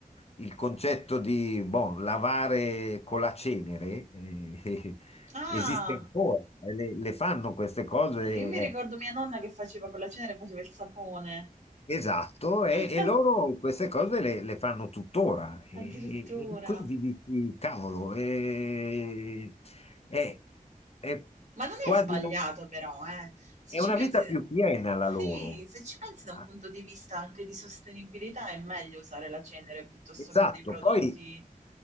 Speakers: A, on the left; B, on the right.
A: il concetto di boh, lavare con la cenere eh, <laughs>
B: Ah!
A: esiste ancora, e le, le fanno queste cose,
B: Sì, io mi ricordo mia nonna che faceva colazione e faceva il sapone.
A: eh, esatto, e,
B: <laughs>
A: e loro queste cose le, le fanno tuttora. E,
B: Addirittura.
A: e- e quindi dici, cavolo, eh, eh, è, è
B: Ma non
A: quasi
B: è sbagliato
A: una,
B: però, eh. Se
A: è
B: ci
A: una
B: pensi,
A: vita più piena
B: sì,
A: la loro.
B: se ci pensi da
A: Ah,
B: un punto di vista anche di sostenibilità, è meglio usare la cenere piuttosto
A: Esatto,
B: che dei prodotti.
A: poi